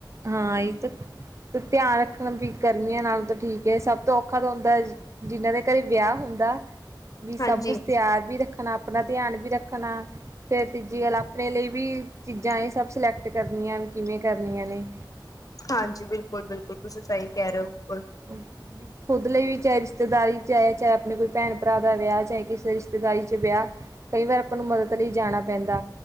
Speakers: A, on the right (about 40°); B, on the left (about 50°).
A: ਹਾਂ, ਇਹ ਤਾਂ ਧਿਆਨ ਰੱਖਣ ਵੀ ਗਰਮੀਆਂ ਨਾਲੋਂ ਤਾਂ ਠੀਕ ਹੈ। ਸਭ ਤੋਂ ਔਖਾ ਤਾਂ ਹੁੰਦਾ ਜਿਹਨਾਂ ਦੇ ਘਰੇ ਵਿਆਹ ਹੁੰਦਾ। ਵੀ
B: ਹਾਂਜੀ
A: ਸਭ ਕੁਛ ਤਿਆਰ ਵੀ ਰੱਖ ਰੱਖਣਾ ਆਪਣਾ ਧਿਆਨ ਵੀ ਰੱਖਣਾ। ਫੇਰ ਤੀਜੀ ਗੱਲ, ਆਪਣੇ ਲਈ ਵੀ ਚੀਜ਼ਾਂ ਇਹ ਸਭ ਸਿਲੈਕਟ ਕਰਨੀਆਂ, ਕਿਵੇਂ ਕਰਨੀਆਂ ਨੇ।
B: ਹਾਂਜੀ, ਬਿਲਕੁਲ-ਬਿਲਕੁਲ ਤੁਸੀਂ ਸਹੀ ਕਹਿ ਰਹੇ ਹੋ। ਉਪਲ
A: ਉਹ ਵੀ ਖੁਦ ਲਈ ਵੀ ਚਾਹੇ ਰਿਸ਼ਤੇਦਾਰੀ ਚ' ਹੈ। ਚਾਹੇ ਆਪਣੇ ਕੋਈ ਭੈਣ- ਭਰਾ ਦਾ ਵਿਆਹ ਚਾਹੇ ਕਿਸੇ ਰਿਸ਼ਤੇਦਾਰੀ ਚ' ਵਿਆਹ। ਕਈ ਵਾਰ ਆਪਾਂ ਨੂੰ ਮਦਦ ਲਈ ਜਾਣਾ ਪੈਂਦਾ।